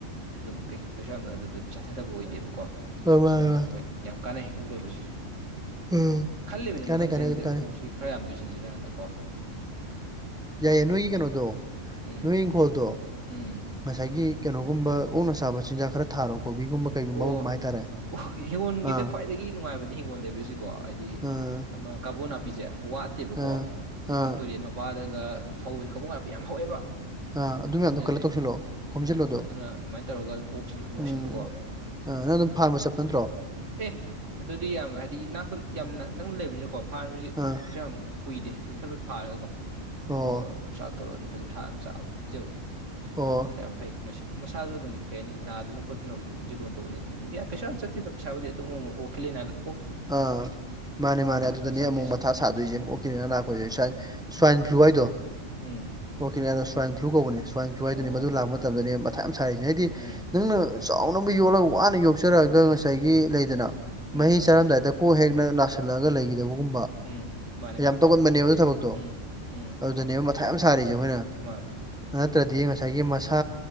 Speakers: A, on the right; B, in the centre.
A: ꯑꯗꯨꯝ ꯀꯩꯁꯨ ꯀꯩꯁꯨ ꯌꯥꯝꯅ ꯑꯗꯨꯗ ꯄꯩꯁꯥ ꯊꯥꯗꯕ ꯑꯣꯏꯗꯦꯕꯀꯣ
B: ꯍꯣꯏ
A: ꯑꯗꯨꯅ
B: ꯃꯥꯅꯦ ꯃꯥꯅꯦ
A: ꯍꯣꯏ ꯌꯥꯝ ꯀꯥꯟꯅꯩ ꯑꯣꯛ ꯂꯣꯏꯕꯁꯤꯁꯨ
B: ꯎꯝ
A: ꯈꯜꯂꯤꯕꯅꯤ
B: ꯀꯥꯟꯅꯩ
A: ꯃꯊꯪ
B: ꯀꯥꯟꯅꯩ
A: ꯆꯍꯤꯗ
B: ꯑꯗꯨꯗꯤ ꯀꯥꯟꯅꯩ
A: ꯑꯣꯛ ꯁꯤ ꯈꯔ ꯌꯥꯝ ꯂꯣꯏꯁꯤꯟꯖꯔꯛꯑꯥꯟꯅꯀꯣ
B: ꯌꯥꯏꯌꯦ ꯅꯣꯏꯒꯤ ꯀꯩꯅꯣꯗꯣ
A: ꯎꯝ
B: ꯅꯣꯏ ꯏꯪꯈꯣꯜꯗꯣ
A: ꯎꯝ
B: ꯉꯁꯥꯏꯒꯤ ꯀꯩꯅꯣꯒꯨꯝꯕ ꯑꯣꯛꯅ ꯁꯥꯕ ꯆꯤꯟꯖꯥꯛ ꯈꯔ ꯊꯥꯔꯣ ꯀꯣꯕꯤꯒꯨꯝꯕ ꯀꯩꯒꯨꯝꯕ
A: ꯑꯣ
B: ꯑꯃ ꯑꯃ ꯍꯥꯏꯇꯥꯔꯦ
A: ꯑꯣ ꯍꯤꯡꯒꯣꯜꯒꯤꯗ
B: ꯑꯥ
A: ꯈ꯭ꯋꯥꯏꯗꯒꯤ ꯅꯨꯡꯉꯥꯏꯕꯗꯤ ꯍꯤꯡꯒꯣꯜ ꯂꯩꯕꯤꯁꯤꯀꯣ ꯍꯥꯏꯗꯤ
B: ꯑꯥ
A: ꯑꯃ ꯀꯥꯕꯣꯟ ꯅꯥꯄꯤꯁꯦ ꯋꯥꯠꯇꯦꯕꯀꯣ
B: ꯑꯥ
A: ꯑꯗꯨꯒꯤ
B: ꯑꯥ
A: ꯇꯨꯔꯦꯟ ꯃ ꯋꯥꯗꯒ ꯐꯧ ꯀꯕꯣ ꯅꯥꯄꯤ ꯌꯥꯝ ꯍꯧꯋꯦꯕ
B: ꯑꯥ ꯑꯗꯨ ꯃꯌꯥꯝꯗꯣ
A: ꯑꯁꯤꯅꯅꯦ
B: ꯀꯂꯦꯛ ꯇꯧꯁꯤꯜꯂꯛꯑꯣ ꯈꯣꯝꯖꯤꯜꯂꯣꯗꯣ
A: ꯎꯝ ꯑꯗꯨꯅ ꯑꯃꯥꯏꯅ ꯇꯧꯔꯒ ꯑꯗꯨꯝ ꯑꯣꯛꯁꯨ ꯑꯗꯨꯝ ꯂꯣꯏꯁꯤꯟꯕꯀꯣ
B: ꯎꯝ ꯅꯪ ꯑꯗꯨꯝ ꯐꯥꯔꯝꯕ ꯆꯠꯄ ꯅꯠꯇ꯭ꯔꯣ
A: ꯑꯦ ꯑꯗꯨꯗꯤ ꯌꯥꯝ ꯍꯥꯏꯗꯤ ꯌꯥꯝ ꯅꯪ ꯂꯩꯕꯅꯤꯅꯀꯣ ꯐꯥꯔꯃꯔꯁꯤ
B: ꯑꯥ
A: ꯁ ꯌꯥꯝ ꯀꯨꯏꯗꯦ ꯑꯗꯨꯝ ꯐꯠ ꯐꯠ ꯐꯥꯔꯒꯀꯣ
B: ꯑꯣ
A: ꯑꯗꯨꯒ ꯑꯣꯛꯆꯥꯛ ꯇꯧꯔꯒ ꯑꯗꯨꯝ ꯐꯖꯅ ꯊꯥꯅ ꯆꯥꯕ ꯄꯤꯖꯕꯀꯣ
B: ꯑꯣ
A: ꯑꯗꯨꯅ ꯌꯥꯝ ꯐꯩ ꯃꯁꯤ ꯃꯁꯥꯁꯨ ꯑꯗꯨꯝ ꯀꯩ ꯍꯥꯏꯅꯤ ꯅꯥꯗꯅ ꯈꯣꯠꯇꯅꯕꯁꯨ ꯖꯤꯇꯣꯟ ꯇꯧꯕꯅꯤꯅꯏ ꯀꯩꯥꯝ ꯆꯠꯇꯦꯗ ꯄꯩꯁꯥꯕꯨꯗꯤ ꯑꯗꯨꯝꯛꯠꯂꯅꯤꯅꯥꯜꯂ
B: ꯑꯥ ꯃꯥꯅꯦ ꯃꯥꯅꯦ ꯑꯗꯨꯗꯅꯦ
A: ꯈꯔ ꯆꯥꯟꯅꯔꯤꯁꯦ
B: ꯑꯃꯨꯛ ꯃꯊꯥ ꯁꯥꯗꯣꯏꯁꯦ
A: ꯎꯝ
B: ꯑꯣꯀꯤꯅꯤꯅ ꯂꯥꯛꯄꯣꯏꯁꯦ ꯁꯥꯏ ꯁ꯭ꯋꯥꯏꯟ ꯐ꯭ꯂꯨ ꯍꯥꯏꯗꯣ
A: ꯎꯝ
B: ꯑꯣꯀꯦ ꯃꯣ ꯁ꯭ꯋꯥꯏꯟ ꯐ꯭ꯂꯨ ꯀꯧꯕꯅꯦ ꯁ꯭ꯋꯥꯏꯟ ꯐ꯭ꯂꯨ ꯍꯥꯏꯗꯨꯅꯦ
A: ꯑꯣ
B: ꯃꯗꯨ ꯂꯥꯛ ꯃꯇꯝꯗꯅꯦ ꯃꯊꯥ ꯌꯥꯝ ꯁꯥꯔꯤꯁꯦ ꯍꯥꯏꯗꯤ
A: ꯎꯝ
B: ꯅꯪꯅ ꯆꯥꯎꯅꯕ ꯌꯣꯛꯂꯒ ꯋꯥꯅ ꯌꯣꯛꯆꯔꯛꯑꯒ ꯉꯁꯥꯏꯒꯤ ꯂꯩꯗꯅ
A: ꯎꯝ
B: ꯃꯍꯤ ꯂꯗꯥꯗ ꯀꯣꯛ ꯍꯦꯛꯅ ꯅꯥꯁꯤꯜꯂꯛꯑꯒ ꯂꯩꯈꯤꯗꯕꯒꯨꯝꯕ
A: ꯎꯝ ꯃꯥꯅꯤ
B: ꯌꯥꯝ
A: ꯃꯥꯅꯤ
B: ꯇꯧꯒꯟꯕꯅꯦꯕ ꯑꯗꯨ ꯊꯕꯛꯇꯣ
A: ꯎꯝ ꯎꯝ
B: ꯑꯗꯨ ꯑꯘꯅꯦꯕ ꯃꯊꯥ ꯌꯥꯝ ꯁꯥꯔꯤꯁꯦ ꯑꯩꯈꯣꯏꯅ
A: ꯃꯥꯅꯤ
B: ꯅꯠꯇ꯭ꯔꯗꯤ ꯉꯁꯥꯏꯒꯤ ꯃꯁꯥ